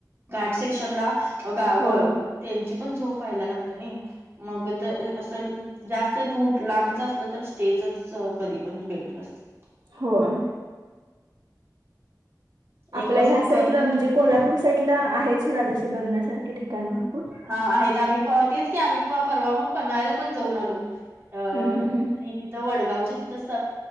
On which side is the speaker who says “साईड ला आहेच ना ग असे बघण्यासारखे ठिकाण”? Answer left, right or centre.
Right